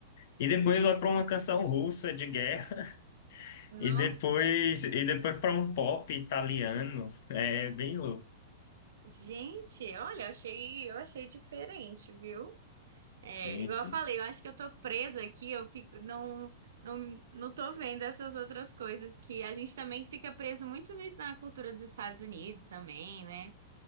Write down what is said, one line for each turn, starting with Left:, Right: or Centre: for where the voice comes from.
Left: E depois vai para uma canção russa de guerra <laughs>
Right: Nossa,
Left: e depois e depois para um pop italiano, é bem louco.
Right: gente, olha, achei, eu achei diferente, viu? É,
Left: Sim,
Right: igual
Left: sim,
Right: eu falei, eu acho que eu tô presa aqui, eu fico, não, não, não tô vendo essas outras coisas que a gente também fica preso muito nisso na cultura dos Estados Unidos também, né?